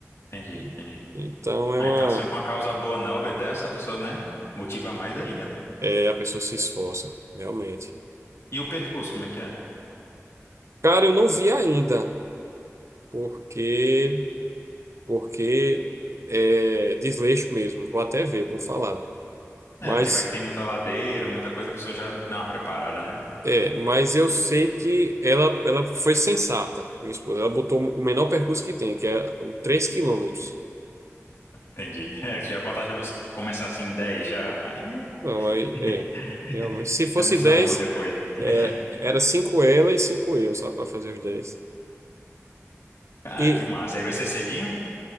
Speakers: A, on the left; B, on the right.
A: entendi,
B: E-
A: entendi.
B: Então é
A: Ah,
B: uma.
A: então assim, com a causa boa, nobre dessa, a pessoa, né, motiva mais ainda, né?
B: É, a pessoa se esforça, realmente.
A: E o percurso, como é que é?
B: Cara, eu não vi ainda, porque porque é desleixo mesmo. Vou até ver, vou falar.
A: É,
B: Mas
A: porque vai que tem muita ladeira, muita coisa, a pessoa já dá uma preparada, né?
B: é, mas eu sei que ela, ela foi sensata, minha esposa. Ela botou o menor percurso que tem, que é o 3 quilômetros.
A: Entendi. <laughs> É, se já botar, tipo, começar assim 10 já, aí
B: Não, aí é.
A: <laughs>
B: Realmente. Se fosse
A: chama o SAMU
B: 10
A: depois. <laughs>
B: é, era 5 ela e 5 eu, só para fazer os dez
A: Cara,
B: E
A: que massa. Aí vai ser cedinho?